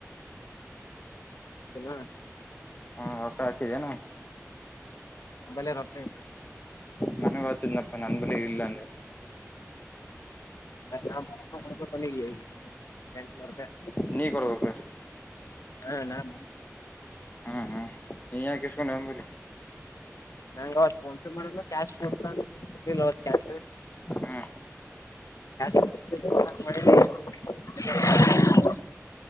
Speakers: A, on the left; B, on the left.
A: ಎನ್
B: ಹಾ ರೋಕಾ ಹಾಕಿದೇನು
A: ನಂಬಲ್ಲೇ ರೊಕ್ಕ ಇಲ್ಲ
B: ನನಗೆ ಆಚಿದನಪ್ಪ ನನ್ನ ಬಳ ಇಲ್ಲ ಅಂದೆ
A: ನ ರೂಪಾಯಿ ಕೊನೆ ಎಂಟುನೂರು ರೂಪಾಯಿ
B: ನೀ ಕೊಡ್ಬೇಕ್ರ
A: ಹಾ ನಾನ್
B: ಹಾ ಹಾ ನೀ ಯಾಕಸ್ಕೊಂಡ್ ಬಂಬ್ರಿ
A: ನಂಗ ಅವತ್ ಫೋನ್ ಪೇ ಮಾಡಿದ ಕ್ಯಾಶ್ ಕೊತ ಅವತ್ ಕ್ಯಾಶ
B: ಹಾ
A: ಯಾ <unintelligible>